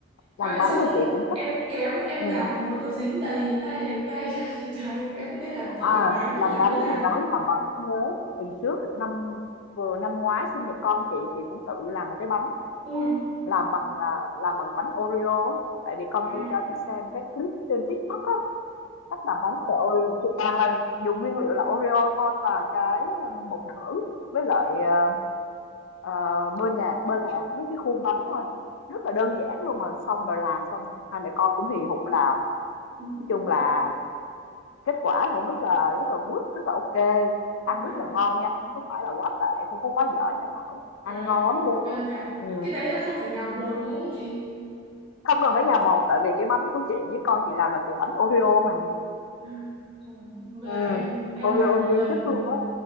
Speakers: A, on the left; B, on the right.
A: Làm
B: trời ơi,
A: bánh
B: xong
A: thì chị cũng thích.
B: em kém, em
A: Ừ.
B: làm một tô dính đầy tay đầy tay. <laughs> Trời ơi, em không biết là thợ
A: À,
B: làm bánh
A: làm
B: làm
A: bánh
B: thế nào.
A: thì nói làm bánh cũng nhớ. Tuần trước năm vừa năm ngoái sinh nhật con chị, chị cũng tự làm một cái bánh,
B: Ui,
A: làm bằng à, làm bằng bánh Oreo á. Tại vì con
B: à.
A: chị cho chị xem cái clip trên TikTok á, cách làm bánh của Oreo. Chị toàn là dùng nguyên liệu là Oreo thôi và cái um, bột nở với lại à, à, bơ nhạt, bơ lạc với cái khuôn bánh thôi. Rất là đơn giản luôn mà xong rồi làm xong hai mẹ con cũng hì hục làm.
B: <laughs>
A: Nói chung là kết quả cũng rất là rất là good rất là ok
B: Các
A: ăn
B: bạn,
A: rất là ngon nha không có phải là quá tệ không có quá dở nha Thảo
B: trời,
A: ăn ngon lắm luôn
B: đơn
A: á
B: giản.
A: ừ.
B: Cái đấy là không phải nhào bột đúng không chị?
A: không cần phải nhà bột tại vì cái bánh của chị với con chị làm là từ bánh Oreo mà
B: À, trời, bây
A: ừ.
B: giờ em em
A: Oreo
B: làm một
A: nguyên
B: lần,
A: chất luôn á